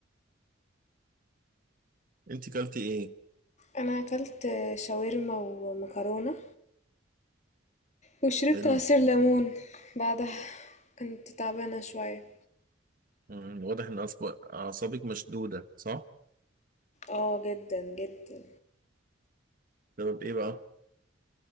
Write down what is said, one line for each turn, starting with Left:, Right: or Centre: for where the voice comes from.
Right: أنت كلتي إيه؟
Left: انا اكلت شاورما ومكرونة وشربت
Right: حلو
Left: عصير ليمون بعدها كنت تعبانة شوية
Right: مم، واضح إن أصب- أعصابك مشدودة صح؟
Left: اه جدا جدا
Right: سبب إيه بقى؟